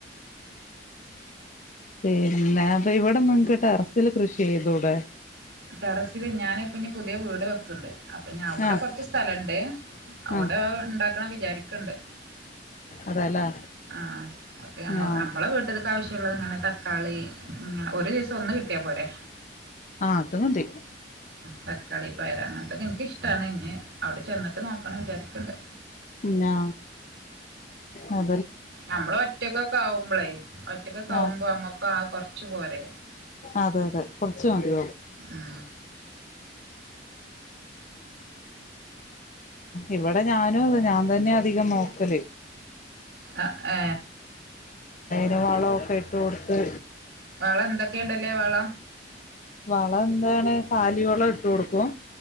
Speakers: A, on the left; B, on the right.
A: പിന്നെ ഇവിടെങ്ങൾക്ക് ട്ടാറസില് കൃഷി ചെയ്തൂടെ
B: ട്ടാറസില് ഞാനിപ്പന്ന് പുതിയ വീട് വെക്കുണ്ട് അപ്പൊ അവിടെ
A: ആഹ്
B: കുറച്ച് സ്ഥലം ഉണ്ട് അവിടെ
A: ആഹ്
B: ഇണ്ടാക്കണം വിചാരിക്കണണ്ട
A: അതെല്ലേ
B: അ ആ
A: ആഹ്
B: നമ്മളെ വീട്ക ആവിശ്യല്ലത് തക്കാളി ഒരീസം ഒന്ന് കിട്ടിയമതി ട്ടിയപോരെ
A: അ അതു മതി
B: തക്കാളി പയർ അങ്ങനതൊക്കെ എനിക്കിഷ്ടമാണ് ഇഞ് അവിടെ ചെന്നിട്ട് നോക്കണന്ന് വിചാരിക്കണണ്ട്
A: അ ആ
B: നമ്മളൊറ്റൊക്കെ ക്കെ ആവുമ്പോളേ ഒറ്റക്കൊക്കെ ആവുമ്പോ
A: ആഹ്
B: നമുക്ക് ആകെ കുറച്ച് ച്ചു പോരെ
A: അതെ അതെ കുറച്ചു മതി
B: ഉം
A: ഇവിടെ ഞാൻ തന്നെ അതികം നോക്കൽ
B: അ ഏ
A: ജവാവലം ഒക്കെ ഇട്ടുകൊടുത്തു
B: വളം എന്തോക്കെ ഇടല് വളം
A: വളം എന്താണ് കാലി വളം ഇട്ടു കൊടുക്കും